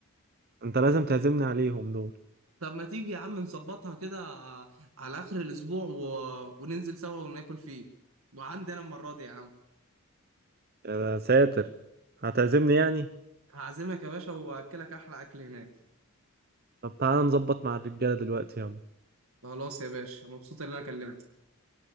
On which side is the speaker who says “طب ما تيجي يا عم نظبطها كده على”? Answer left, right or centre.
Right